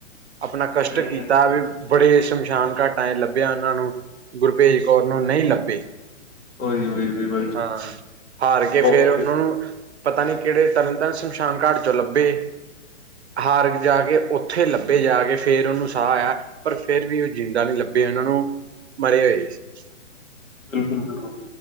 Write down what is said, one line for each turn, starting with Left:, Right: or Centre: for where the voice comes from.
Right: ਆਪਣਾ
Left: ਹਮ,
Right: ਕਸ਼ਟ ਕੀਤਾ ਵੀ ਬੜੇ ਸ਼ਮਸ਼ਾਨ ਘਾਟਾਂ ਚ ਲੱਭਿਆ ਉਹਨਾਂ ਨੂੰ, ਗੁਰਭੇਜ ਕੌਰ ਨੂੰ ਨਈਂ ਲੱਭੇ।
Left: ਉਹ ਈ, ਉਹ ਈ ਬਾਈ
Right: ਹਾਂ, ਹਾਰ ਕੇ
Left: ਬਹੁਤ
Right: ਫੇਰ ਉਹਨਾਂ
Left: ਜੀ,
Right: ਨੂੰ ਪਤਾ ਨੀਂ ਕਿਹੜੇ ਤਰਨਤਾਰਨ ਸ਼ਮਸ਼ਾਨ ਘਾਟ ਚੋਂ ਲੱਭੇ। ਹਾਰਗ ਜਾ ਕੇ ਉੱਥੇ ਲੱਭੇ ਜਾ ਕੇ, ਫੇਰ ਉਹਨੂੰ ਸਾਹ ਆਇਆ। ਪਰ ਫੇਰ ਵੀ ਉਹ ਜਿੰਦਾ ਨਈਂ ਲੱਭੇ ਉਹਨਾਂ ਨੂੰ, ਮਰੇ ਹੋਏ ਸੀ।
Left: ਬਿਲਕੁਲ, ਬਿਲਕੁਲ।